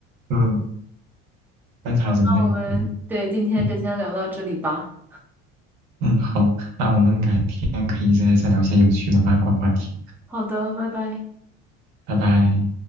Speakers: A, on the right; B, in the centre.
A: 嗯，观察人类，
B: 那我们对今天就先聊到这里吧。
A: 嗯嗯。嗯，好，那我们改天可以再再聊些有趣的八卦话题，
B: 好的，拜拜。
A: 拜拜。